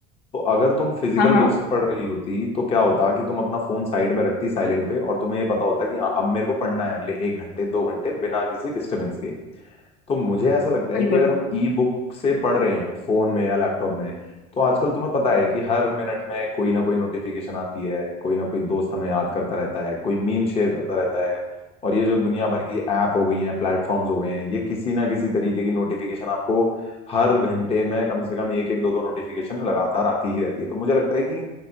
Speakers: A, on the left; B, on the left.
A: तो अगर तुम फिजिकल
B: हाँ हाँ
A: बुक से पढ़ रही होती तो क्या होता कि तुम अपना फोन साइड में रखती साइलेंट पे और तुम्हें ये पता होता कि हाँ अब मेरे को पढ़ना है अगले एक घंटे दो घंटे बिना किसी डिस्टर्बेंस के तो मुझे ऐसा लगता है
B: बिल्कुल
A: कि अगर हम ई बुक से पढ़ रहे हैं फोन में या लैपटॉप में तो आजकल तुम्हें पता है कि हर मिनट में कोई ना कोई नोटिफिकेशन आती है कोई ना कोई दोस्त हमें याद करता रहता है कोई मीम शेयर करता रहता है और ये जो दुनिया भर की ऐप हो गई हैं प्लेटफॉर्म्स हो गए हैं ये किसी ना किसी तरीके की नोटिफिकेशन आपको हर घंटे में कम से कम एक एक दो दो नोटिफिकेशन लगातार आती ही रहती है तो मुझे लगता है कि